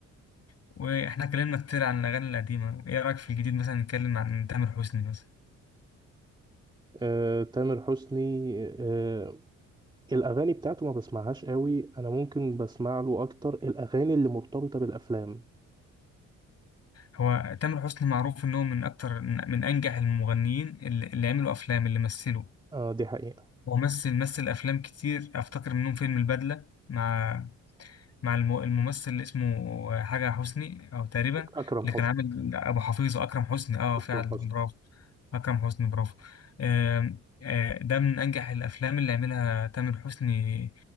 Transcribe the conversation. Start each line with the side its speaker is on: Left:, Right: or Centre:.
Left: واحنا اتكلمنا كتير عن الاغاني القديمه ايه رايك في الجديد مثلا نتكلم عن تامر حسني مثلا
Right: آه تامر حسني آه الاغاني بتاعته ما بسمعهاش قوي انا ممكن بسمع له اكتر الاغاني اللي مرتبطة بالافلام
Left: هو تامر حسني معروف ان هو من اكتر من انجح المغنيين اللي, اللي عملوا افلام اللي مثلوا
Right: اه دي حقيقة
Left: هو مثل مثل افلام كتير افتكر منهم فيلم البدله مع مع الم- الممثل اللي اسمه حاجة حسني أو تقريبا
Right: أك- اكرم
Left: اللي
Right: حسني
Left: كان عامل أبو حفيظ أكرم حسني أه
Right: اكرم
Left: فعلا
Right: حسني
Left: برافو أكرم حسني برافو آم، آه، ده من أنجح الأفلام اللي عملها تامر حسني